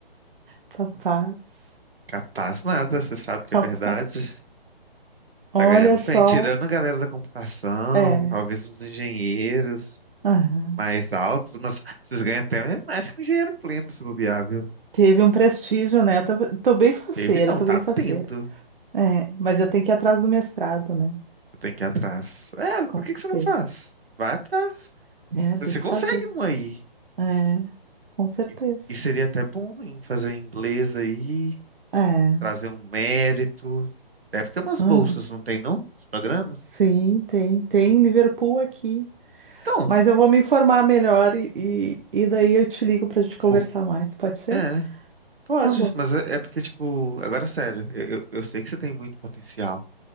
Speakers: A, on the right; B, on the right.
A: Capaz,
B: Capaz nada, você sabe que
A: capaz.
B: é verdade.
A: Olha
B: Tá ganhando bem,
A: só,
B: tirando a galera da computação,
A: é.
B: talvez uns engenheiros
A: aham.
B: mais altos, mas vocês ganham até mais que um engenheiro pleno se bobear, viu?
A: Teve um prestígio, né? Eu tô, tô bem faceira,
B: Teve não,
A: tô
B: tá
A: bem faceira.
B: tendo.
A: É, mas eu tenho que ir atrás do mestrado, né?
B: Eu tenho que ir atrás. É, por
A: Com
B: que
A: certeza.
B: que você não faz? Vai atrás.
A: É,
B: Você
A: tem que
B: consegue
A: fazer.
B: um aí.
A: É, com certeza.
B: E, e seria até bom em fazer um inglês aí,
A: É.
B: trazer um mérito. Deve ter umas
A: Aham.
B: bolsas, não tem não? Os programas?
A: Sim, tem, tem Liverpool aqui.
B: Então,
A: Mas eu vou me informar melhor e, e, e daí eu te ligo para a gente conversar
B: Por-
A: mais, pode ser?
B: É, pode,
A: Tá bom.
B: mas é, é porque, tipo, agora sério, eu, eu eu sei que você tem muito potencial